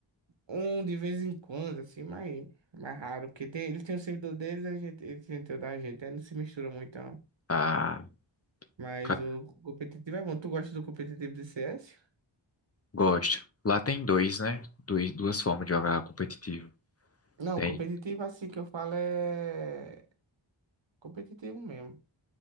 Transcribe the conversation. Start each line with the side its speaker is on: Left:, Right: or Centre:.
Right: um de vez em quando, assim, mas mais raro, porque tem, eles têm o servidor deles, a gente, eles têm o da gente, aí não se mistura muito, não.
Left: Ah,
Right: Mas
Left: ca-
Right: o competitivo é bom. Tu gosta do competitivo de CS?
Left: gosto. Lá tem dois, né? Dois, duas formas de jogar competitivo.
Right: Não,
Left: Tem
Right: competitivo assim que eu falo é competitivo mesmo,